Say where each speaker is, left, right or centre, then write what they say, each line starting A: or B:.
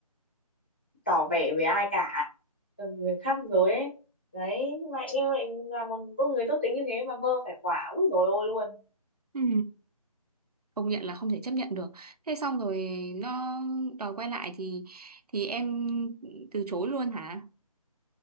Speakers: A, on the left; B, on the right.
A: tỏ vẻ với ai cả Ừ, người khác rồi ấy đấy nhưng mà em lại là một cô người tốt tính như thế mà vơ phải quả úi dồi ôi luôn
B: Ừ, công nhận là không thể chấp nhận được. Thế xong rồi nó đòi quay lại thì thì em từ chối luôn hả?